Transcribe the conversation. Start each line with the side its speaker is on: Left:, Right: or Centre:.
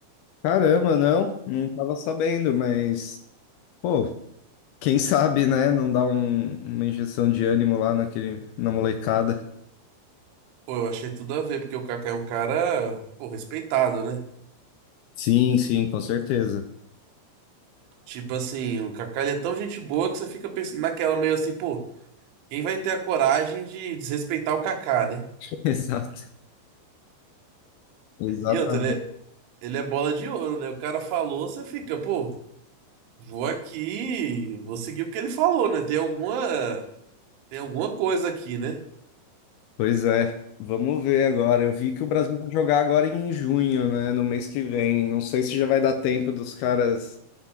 Left: Caramba, não, não tava sabendo, mas, pô, quem sabe, né? Não dá um- uma injeção de ânimo lá naquele, na molecada.
Right: Pô, eu achei tudo a ver, porque o Kaká é um cara, pô, respeitado, né?
Left: Sim, sim, com certeza.
Right: Tipo assim, o Kaká ele é tão gente boa que você fica pensando naquela meio assim, pô, quem vai ter a coragem de desrespeitar o Kaká, né?
Left: <laughs> Exato, exatamente.
Right: E outra, ele é- Ele é bola de ouro, né? O cara falou, você fica, pô, vou aqui, vou seguir o que ele falou, né? Tem alguma, tem alguma coisa aqui, né?
Left: Pois é, vamos ver agora. Eu vi que o Brasil vai jogar agora em junho, né? No mês que vem. Não sei se já vai dar tempo dos caras